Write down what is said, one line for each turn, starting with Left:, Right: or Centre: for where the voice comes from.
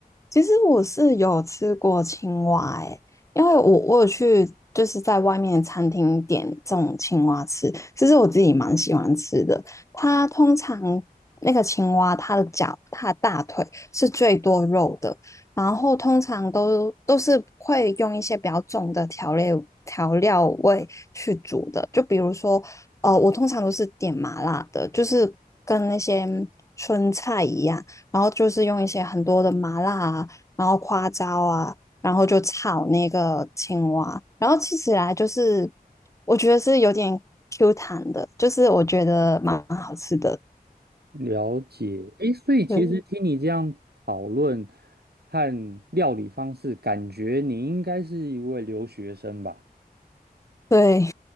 Left: 其实我是有吃过青蛙诶、因为我我有去就是在外面餐厅点这种青蛙吃，其实我自己蛮喜欢吃的。它通常那个青蛙，它的脚、它的大腿是最多肉的，然后通常都都是会用一些比较重的调料调料味去煮的，就比如说，呃，我通常都是点麻辣的，就是跟那些春菜一样。然后就是用一些很多的麻辣啊，然后花椒啊，然后就炒那个青蛙，然后吃起来就是我觉得是有点 Q 弹的，就是我觉得蛮好吃的。
Right: 了解，诶，所以其实听你这样讨论
Left: 对
Right: 和料理方式，感觉你应该是一位留学生吧？
Left: 对